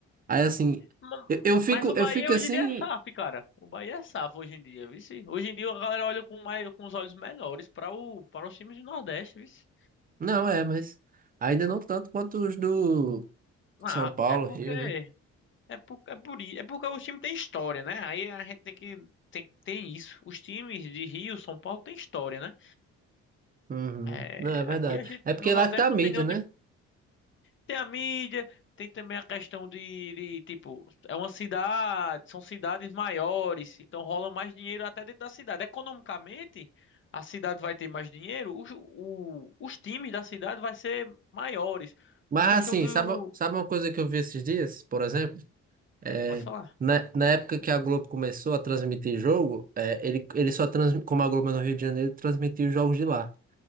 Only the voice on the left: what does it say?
Ma-
Mas o
Bahia
hoje
em dia é SAF, cara. O Bahia é SAF hoje em dia, vice. Hoje em dia a galera olha com, mais, com os olhos melhores para o, para os times do Nordeste, vice.
Ah,
é porque.
É por, é por, i- é porque os times têm história, né? Aí a gente tem que. Tem, tem isso. Os times de Rio, São Paulo, têm história, né?
É,
aqui a gente
no
Nordeste
não tem nenhum
time. Tem a mídia, tem também a questão de, de, tipo, é uma cidade, são cidades maiores, então rola mais dinheiro até dentro da cidade. Economicamente, a cidade vai ter mais dinheiro, os, o- os times da cidade vai ser maiores.
Por questão
do.
Pode falar.